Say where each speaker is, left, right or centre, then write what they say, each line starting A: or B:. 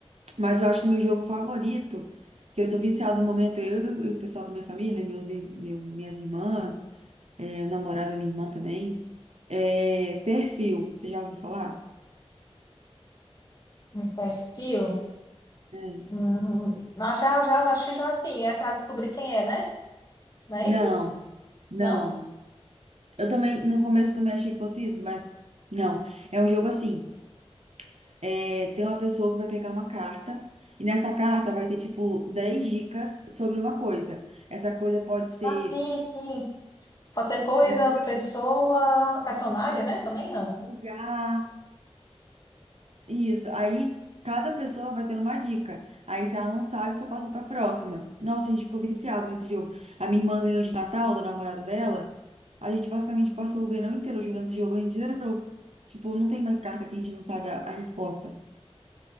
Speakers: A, on the right; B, on the left.
A: mas eu acho que o meu jogo favorito, que eu tô viciado no momento, eu e o pessoal da minha família, né, meus, ir- meu- minhas irmãs, é, o namorado da minha irmã também, é perfil, você já ouviu falar?
B: Um perfil.
A: É.
B: Hum, ah, já, já, acho que já assim, é para descobrir quem é, né? Não é
A: Não,
B: esse?
A: não.
B: Não?
A: Eu também, no começo eu também achei que fosse isso, mas não. É um jogo assim. É, tem uma pessoa que vai pegar uma carta, e nessa carta vai ter, tipo, 10 dicas sobre uma coisa. Essa coisa pode ser.
B: Ah, sim, sim. Pode ser coisa,
A: Lembrou?
B: pessoa, personagem,
A: Isso,
B: né? Também não.
A: lugar, isso. Aí cada pessoa vai tendo uma dica. Aí se ela não sabe, você passa pra próxima. Nossa, a gente ficou viciado nesse jogo. A minha irmã ganhou de Natal, do namorado dela. A gente basicamente passou o verão inteiro jogando esse jogo, a gente zerou. Tipo, não tem mais carta que a gente não sabe a a resposta.